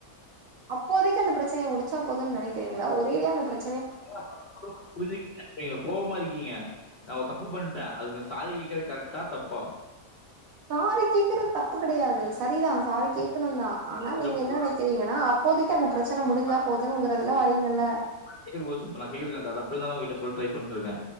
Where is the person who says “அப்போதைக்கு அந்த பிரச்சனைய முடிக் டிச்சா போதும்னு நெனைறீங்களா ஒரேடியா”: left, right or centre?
Right